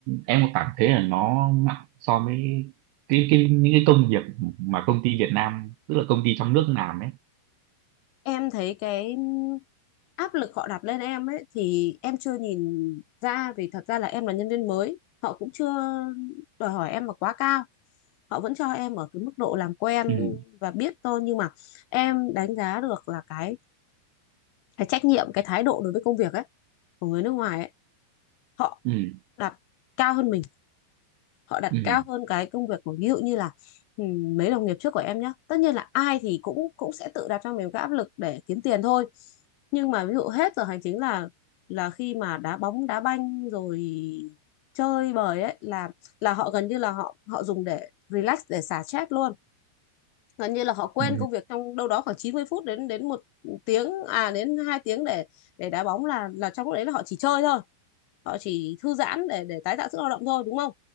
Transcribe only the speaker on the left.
em thấy cái áp lực họ đặt lên em ấy thì em chưa nhìn ra vì thật ra là em là nhân viên mới họ cũng chưa đòi hỏi em là quá cao họ vẫn cho em ở cái mức độ làm quen
và biết thôi nhưng mà em đánh giá được là cái cái trách nhiệm cái thái độ đối với công việc ấy của người nước ngoài ấy họ
đặt cao hơn mình họ đặt
cao hơn cái công việc của ví dụ như là ừm, mấy đồng nghiệp trước của em nhé tất nhiên là ai thì cũng cũng sẽ tự đặt cho mình cái áp lực để kiếm tiền thôi nhưng mà ví dụ hết giờ hành chính là là khi mà đá bóng đá banh rồi chơi bời ấy là là họ gần như là họ họ dùng để relax để xả stress luôn gần như là họ quên
công việc trong đâu đó khoảng 90 phút đến đến một tiếng à đến 2 tiếng để để đá bóng là là trong lúc đấy là họ chỉ chơi thôi họ chỉ thư giãn để để tái tạo sức lao động thôi đúng không